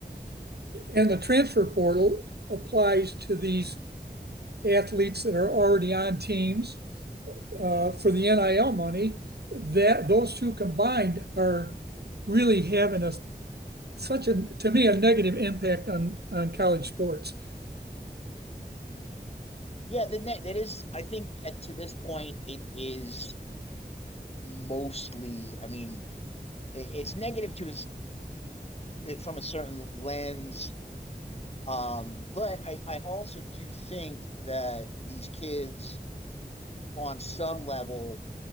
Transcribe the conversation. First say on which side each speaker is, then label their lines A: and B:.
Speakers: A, on the right; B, on the left.
A: And the transfer portal applies to these athletes that are already on teams uh, for the NIL money. That those two combined are really having a such a to me a negative impact on on college sports.
B: Yeah, the net that is. I think at to this point, it is mostly. I mean, it, it's negative to it from a certain lens. Um, but I, I also do think that these kids on some level